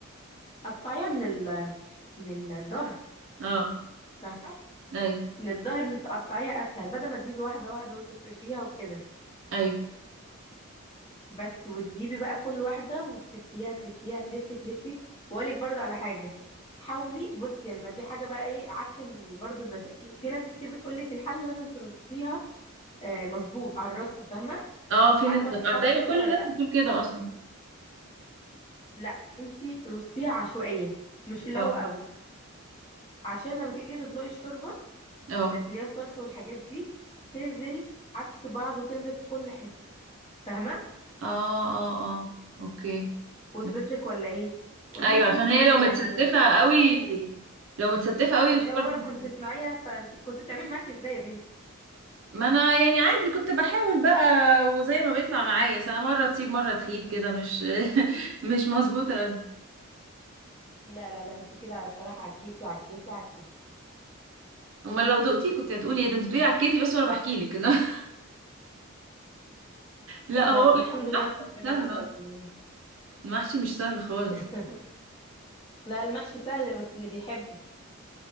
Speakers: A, on the left; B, on the right.
A: قطعيها من ال من الظهر
B: اه
A: فاهمه
B: ايوه
A: من الظهر اللي بتقطعيها اسهل بدل ما تجيبي واحده واحده وتفرشيها وكده
B: ايوه
A: بس وتجيبي بقى كل واحده وتلفيها تلفيها تلفي تلفي واقول لك برضو على حاجه حاولي بصي يعني دي حاجه بقى ايه عكس ال- برضو البشا في ناس كتير بتقول لك الحله لازم ترصيها آه، مظبوط على الرص فاهمه
B: اه في
A: عارفه
B: ناس بت-
A: الحركه
B: آه، دايما كل
A: دي ولا
B: الناس
A: لا
B: بتقول كده اصلا
A: لا انت رصيها عشوائيه مش اللي
B: اه
A: هو قوي عشان لما تيجي تدلقي الشوربه
B: اه
A: اللي هي الصلصه والحاجات دي تنزل عكس بعض وتنزل في كل حته فاهمه
B: اه اه اه اوكي
A: وصلت
B: ماشي.
A: لك ولا ايه قولي
B: ايوه
A: لي
B: عشان
A: انت كنت
B: هي لو
A: يعني
B: متستفه
A: انا
B: قوي
A: حاسه ان انت
B: لو متستفه قوي
A: أو
B: الشوربه
A: انت اول مره كنت تسمعيها فانت كنت بتعملي محشي ازاي يا بنتي
B: ما انا يعني عادي كنت بحاول بقى وزي ما بيطلع معايا ساعة مرة تسيب مرة تخيب كده مش <laughs> مش مظبوطة أوي.
A: لا لا لا انت كده الصراحه عكيتي عكيتي عكيتي
B: امال لو دقتي كنت هتقولي ايه ده انت بتقولي عكيتي بس وانا بحكي لك <laughs> لا
A: لا
B: هو
A: الحمد
B: المحشي
A: لله ان
B: مش سهل
A: ربنا نقذني
B: أصلاً.
A: يعني
B: المحشي مش سهل خالص
A: <laughs> لا المحشي سهل بس اللي بيحبه